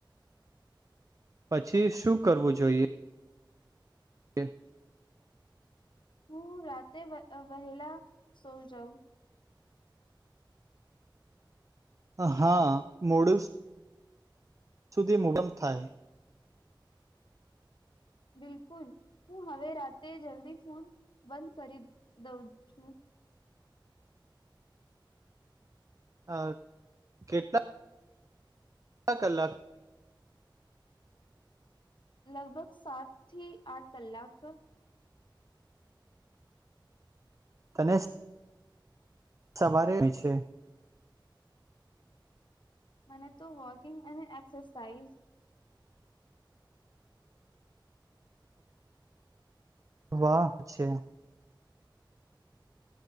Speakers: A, on the right; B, on the left.
A: પછી શું કરવું જોઈએ હ
B: હું રાતે વહેલા સો જાઉં.
A: હા મોડું સુધી મુબમ થાય.
B: બિલકુલ હું હવે રાતેે જલ્દી ફોન બંધ કરી દઉં છું.
A: અ કેટલા અલા ક.
B: લગભગ સાત થી આઠ કલાક.
A: તને સવારે છે.
B: મને તો વોકિંગ અને એક્સરસાાઈઝ.
A: વાહ છે.